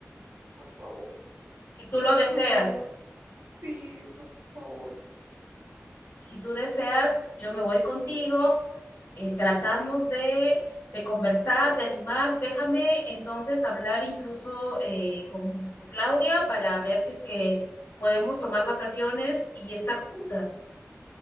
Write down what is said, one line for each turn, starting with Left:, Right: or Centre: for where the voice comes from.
Right: por favor,
Left: Si tú lo deseas,
Right: por favor, sí, por favor,
Left: si tú deseas, yo me voy contigo eh, tratamos de, de, conversar, de animar. Déjame entonces hablar incluso eh, con, con, Claudia para ver si es que podemos tomar vacaciones y estar juntas.